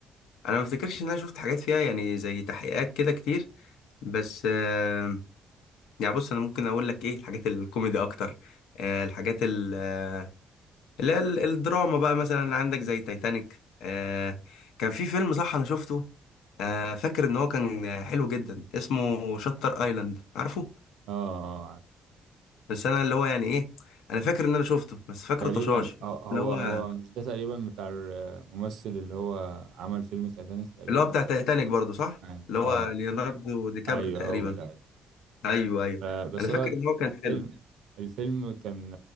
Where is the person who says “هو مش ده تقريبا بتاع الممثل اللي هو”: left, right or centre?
Right